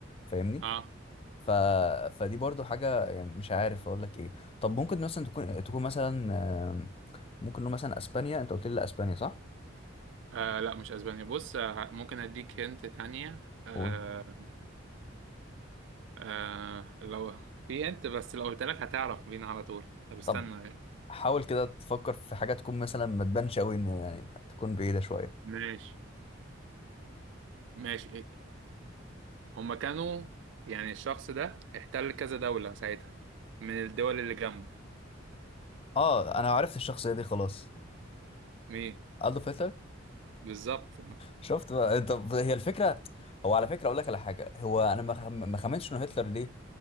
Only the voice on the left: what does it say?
فاهمني
ف... فدي برضو حاجه يعني مش عارف اقول لك ايه طب ممكن مثلا تكون تكون مثلا آم، ممكن نقول مثلا اسبانيا انت قلت لي لا اسبانيا صح؟
قول
طب
حاول كده تفكر في حاجة تكون مثلا ما تبانش قوي ان يعني تكون بعيدة شوية
اه انا عرفت الشخصية دي خلاص
ألدو هتلر
شفت بقى إيه، طب هي الفكرة هو على فكرة اقول لك على حاجة هو انا ما خم- ما خمنتش انه هتلر ليه